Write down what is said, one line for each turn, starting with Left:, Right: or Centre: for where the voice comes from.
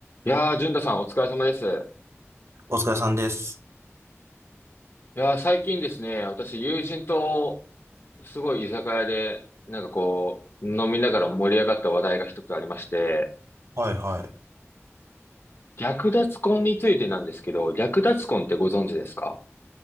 Left: いやー、淳太さんお疲れ様です。
Right: お疲れさんです。
Left: いやー、最近ですね、私友人とすごい居酒屋で、なんかこう、飲みながら盛り上がった話題が一つありまして、
Right: はいはい。
Left: 略奪婚についてなんですけど、略奪婚ってご存知ですか